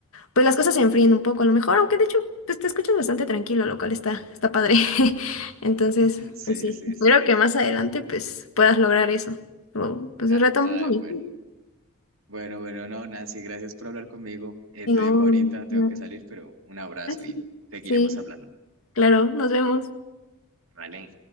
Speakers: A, on the left; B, on the right.
A: pues las cosas se enfríen un poco a lo mejor, aunque de hecho pues te escuchas bastante tranquilo, lo cual está, está padre. <laughs> Entonces,
B: <laughs> Sí,
A: pues sí,
B: sí,
A: espero
B: sí.
A: que más adelante pues puedas lograr eso. O, pues
B: Ah,
A: retomas
B: ah,
A: mi
B: bueno, bueno, bueno, no, Nancy, gracias por hablar conmigo. Eh,
A: Y
B: te
A: no,
B: dejo ahorita, tengo
A: no.
B: que salir, pero un abrazo
A: Ah, Sí,
B: y seguiremos
A: Sí,
B: hablando.
A: claro, nos vemos.
B: Vale.